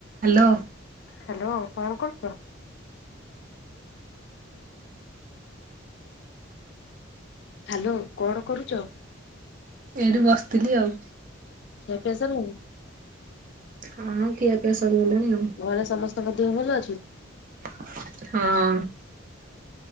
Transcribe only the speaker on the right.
Hello.
ଏଇଠି ବସଥିଲି ଆଉ।
ହଁ ଖିଆ ପିଆ ସରିଗଲାଣି। ଆଉ।
ହଁ।